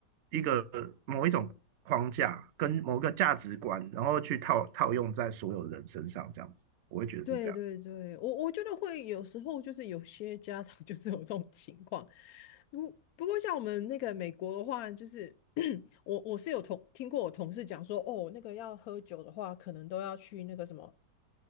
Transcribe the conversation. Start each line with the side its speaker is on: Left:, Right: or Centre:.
Right: 一个某一种框架跟某个价值观，然后去套套用在所有人身上，这样子，我会觉得是这样。
Left: 对对对，我我觉得会有时候就是有些家长 <laughs> 就是有这种情况，不不过像我们那个美国的话，就是 <clears throat> 我我是有同听过我同事讲说，哦，那个要喝酒的话，可能都要去那个什么，